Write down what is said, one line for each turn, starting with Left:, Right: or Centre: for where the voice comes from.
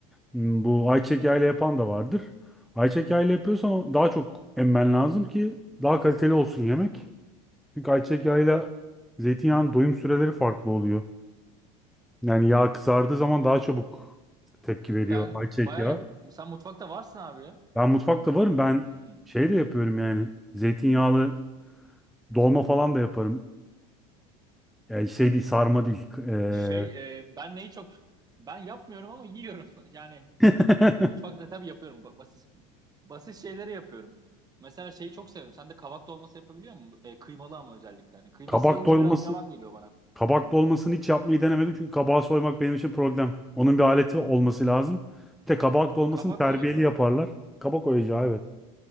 Centre: Hmm, Bu ayçiçek yağıyla yapan da vardır. Ayçiçek yağıyla yapıyorsan o daha çok emmen lazım ki daha kaliteli olsun yemek. Çünkü ayçiçek yağıyla zeytinyağının doyum süreleri farklı oluyor. Yani yağ kızardığı zaman daha çabuk tepki veriyor
Right: Sen
Centre: ayçiçek
Right: bayağı
Centre: yağı.
Right: yap- sen mutfakta varsın abi ya.
Centre: Ben mutfakta varım. Ben
Right: Hmm.
Centre: şey de yapıyorum yani. Zeytinyağlı dolma falan da yaparım. Yani şey değil sarma değil. Eee,
Right: Şey e, ben neyi çok ben yapmıyorum ama yiyorum. <laughs> Yani
Centre: <laughs>
Right: mutfakta tabii yapıyorum. Ba- Basit basit şeyleri yapıyorum. Mesela şeyi çok severim. Sen de kabak dolması yapabiliyor musun? E, kıymalı ama özellikle. Hani kıymasız
Centre: kabak
Right: olunca
Centre: dolması.
Right: biraz yavan geliyor bana.
Centre: Kabak dolmasını hiç yapmayı denemedim çünkü kabağı soymak benim için problem. Onun bir aleti olması lazım. Bir de kabak dolmasını
Right: Kabak
Centre: terbiyeli
Right: oyacağı.
Centre: yaparlar. Kabak oyacağı evet.